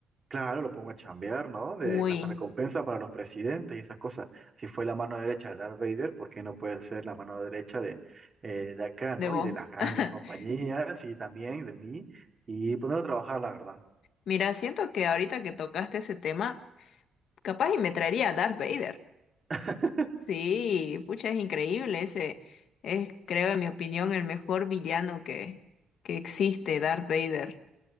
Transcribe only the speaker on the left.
Uy,
de
vos.
<laughs>
Mira, siento que ahorita que tocaste ese tema, capaz y me traería a Darth Vader.
Sí, pucha, es increíble. Ese es, creo, en mi opinión, el mejor villano que, que existe, Darth Vader.